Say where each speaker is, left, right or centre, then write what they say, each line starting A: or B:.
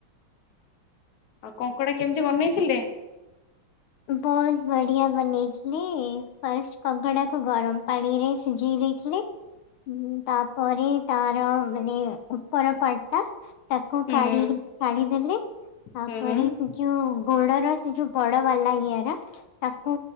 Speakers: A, on the left; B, on the left.
A: ଆଉ କଙ୍କଡା କେମିତି ବନେଇଥିଲେ।
B: ବହୁତ ବଢିଆ ବନେଇଚି। ଥିଲି ଫାଷ୍ଟ କଙ୍କଡା କୁ ଗରମ ପାଣିରେ ସିଝେଇ ଦେଇଥିଲି। ହୁଁ ତାପରେ ତାର ମାନେ ଉପର ପାଟ ଟା ତାକୁ
A: ହୁଁ
B: କାଢି
A: ହୁଁ
B: କାଢିଦେଲି। ତାପରେ
A: ହୁଁ ହୁଁ
B: ସେ ଯୋଉ ଗୋଡର ସେ ଯୋଉ ବଡ କଲା ଇଆରା ତାକୁ